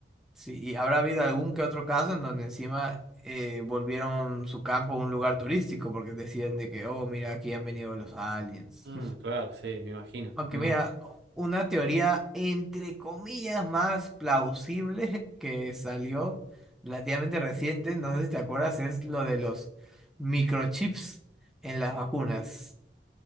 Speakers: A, in the centre; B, on the right.
A: Sí, y habrá habido algún que otro caso en donde encima eh, volvieron su campo un lugar turístico porque decían de que, oh, mira, aquí han venido los aliens.
B: Mm, claro, sí, me imagino.
A: Aunque
B: No.
A: mira, una teoría entre comillas más plausible <laughs> que salió relativamente reciente, no sé si te acuerdas, es lo de los microchips en las vacunas.